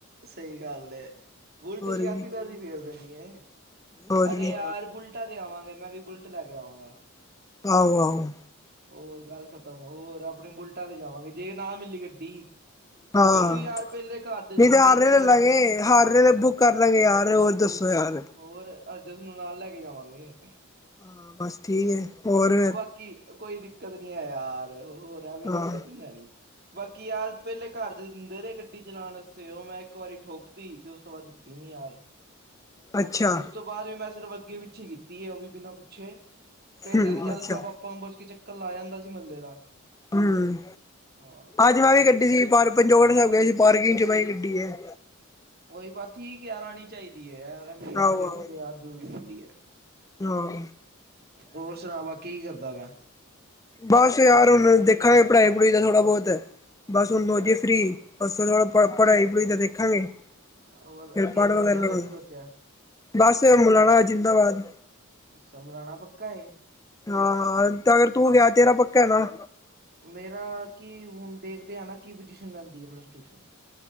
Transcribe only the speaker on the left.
ਕੀ
ਹੋਰ ਕੀ
ਆਹੋ ਆਹੋ।
ਹਾਂ
ਨਹੀਂ ਤੇ ਹਾਰ ਰਹੇ ਲੈ ਲਾਂਗੇ
ਹਾਰ ਰਹੇ ਬੁੱਕ ਕਰ ਲਾਂਗੇ ਯਾਰ ਹੋਰ ਦੱਸੋ ਯਾਰ।
ਹਾਂ ਬਸ ਠੀਕ ਹੈ ਹੋਰ?
ਹਾਂ
ਅੱਛਾ
ਹੂੰ
ਅੱਛਾ
ਹਮ
ਅੱਜ ਮੈਂ ਵੀ ਗੱਡੀ ਸੀ ਪੰਜੋੜ ਹੋ ਗਿਆ ਸੀ ਪਾਰਕਿੰਗ ਚ ਮੈਂ ਗੱਡੀ ਹੈ।
ਆਹੋ
ਆਹੋ
ਹਾਂ
ਬਸ ਯਾਰ ਹੁਣ ਦੇਖਾਂਗੇ ਪੜ੍ਹਾਈ ਪੜ੍ਹੁਈ ਦਾ ਥੋੜਾ ਬਹੁਤ ਬਸ
ਹੁਣ ਹੋ
ਗਏ ਫ੍ਰਰੀ। ਅਸ ਪ ਪੜ੍ਹਾਈ ਪੜ੍ਹੂਈ ਤਾਂ ਦੇਖਾਂਗੇ
ਫਿਰ
ਪੜ੍ਹ
ਵਗੈਰਾ ਲਵਾਂਗੇ
ਬਸ ਮੁਲਾਣਾ ਜਿੰਦਾਬਾਦ।
ਹਾਂ ਹਾਂ ਤੇ ਅਗਰ ਤੂੰ ਗਿਆ ਤੇਰਾ ਪੱਕਾ ਨਾ।